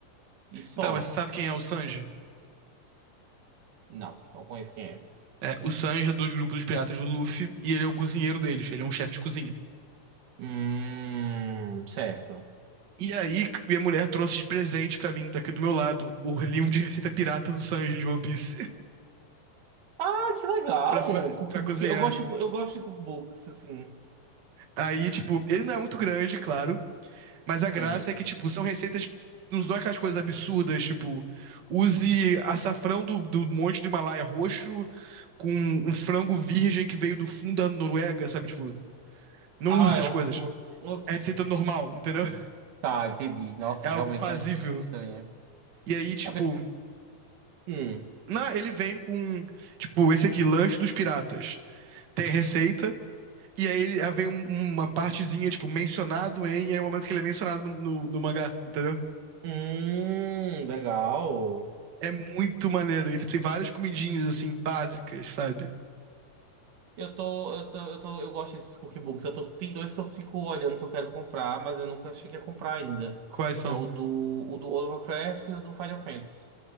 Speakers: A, on the right; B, on the right.
A: E só.
B: Então, mas você sabe quem é o Sanji?
A: Não, não conheço quem é.
B: É, o Sanji é dos grupos dos piratas do Luffy e ele é o cozinheiro deles, ele é um chefe de cozinha.
A: Hum, certo.
B: E aí, minha mulher trouxe de presente pra mim, tá aqui do meu lado, o livro de receita pirata do Sanji de One Piece
A: Ah, que legal!
B: <laughs> pra, fa-
A: Um cookbook.
B: pra cozinhar.
A: Eu gosto, eu gosto de cookbooks, assim.
B: Aí, tipo, ele não é muito grande, claro, mas
A: Uhum.
B: a graça é que, tipo, são receitas. Não são aquelas coisas absurdas, tipo, use açafrão do, do monte do Himalaia roxo com um frango virgem que veio do fundo da Noruega, sabe? Tipo, não
A: Ah,
B: use essas
A: é um-
B: coisas.
A: uns, uns-
B: É receita normal, entendeu? <laughs>
A: Tá, entendi. Nossa,
B: É algo
A: realmente
B: fazível.
A: é umas receitas estranhas.
B: E aí, tipo,
A: Tá pens- Hum.
B: na, ele vem com, tipo, esse aqui, lanche dos piratas. tem a receita, e aí ele aí vem um- uma partezinha, tipo, mencionado em, e é o momento que ele é mencionado no, no, no mangá, entendeu?
A: Hum, legal.
B: É muito maneiro. E tem várias comidinhas, assim, básicas, sabe?
A: Eu tô, eu tô, eu tô, eu gosto desses cookbooks. Eu tô, tem dois que eu fico olhando que eu quero comprar, mas eu nunca cheguei a comprar ainda.
B: Quais são?
A: É o do, o do World of Warcraft e o do Final Fantasy,